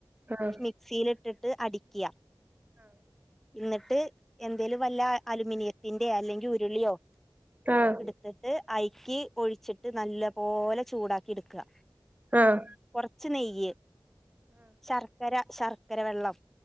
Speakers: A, on the right; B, in the centre.
A: ആഹ്
B: മിക്സിയിലിട്ടിട്ട് ട്ട് അടിക്കുക. എന്നിട്ട് എന്തേല വല്ല അലൂുമിനിയത്തിന്റെ അല്ലെങ്കിൽ ഉരുളിയോ
A: ആഹ്
B: എടുത്തിട്ട് അയി ക്കി ഒഴിച്ചിട്ട് നല്ല പോലെ ചൂടാക്കി എടുക്കുക.
A: ആഹ
B: കൊറച്ച് നെയ്യ് ശർക്കര ശർക്ക കരവെള്ളം